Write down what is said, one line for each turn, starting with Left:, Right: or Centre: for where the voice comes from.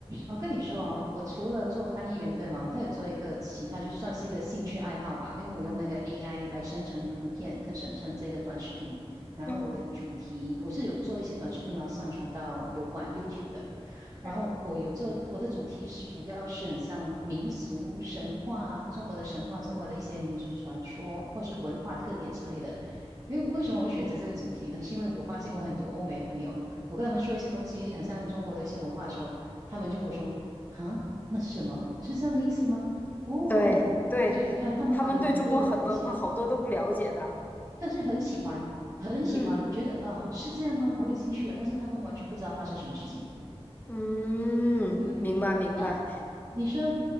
Right: 我跟你说哦，我除了做翻译员，对吗？我还有做一个其他，就是算是一个兴趣爱好吧。因为我用那个 AI 来生成图片跟生成这个短视频，然后我的主题我是有做一些短视频，
Left: 嗯
Right: 然后上传到油管 YouTube 的。然后我有做我的主题是主要是很像民俗神话、
Left: 嗯，
Right: 中国的神话、中国的一些民俗传说或是文化特点之类的。因为为什么会选择这个主题呢？是因为我发现我很多欧美的朋友，我跟他们说一些东西，很像中国的一些文化的时候。他们就跟我说：“啊，那是什么？是这样的意思吗？”哦，
Left: 对对，
Right: 我就啊，他们很多的误解，
Left: 他们对中国很文化好多都不了解的。
Right: 但是很喜欢，很喜欢，
Left: 嗯
Right: 觉得哦是这样吗？好有兴趣啊！但是他们完全不知道发生什么事情。
Left: 嗯，
Right: 嗯那
Left: 明白明白，
Right: 你说，